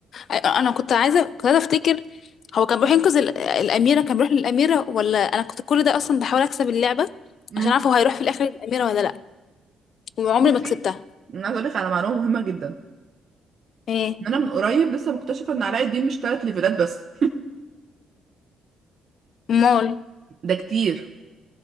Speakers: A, on the left; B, on the right.
A: أيوة، انا كنت عايزه كنت عايزه افتكر هو كان بيروح ينقذ ال- الاميره كان بيروح للاميره ولا انا كنت كل ده اصلا بحاول اكسب اللعبه
B: امم
A: عشان اعرف هو هيروح في الاخر للاميره ولا لا وعمري
B: بصي
A: ما كسبتها
B: انا عايزه اقول لك على معلومه مهمه جدا
A: ايه
B: ان انا من قريب لسه مكتشفه ان علاء الدين مش ثلاث ليفلات بس
A: امال
B: <laughs> ده كتير